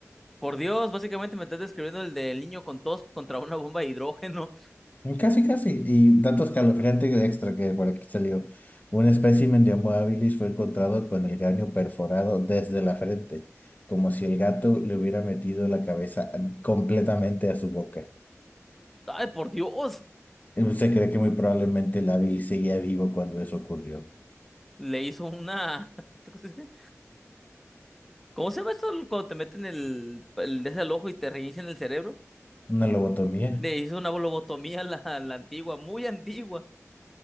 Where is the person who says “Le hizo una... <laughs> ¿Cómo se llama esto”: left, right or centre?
Centre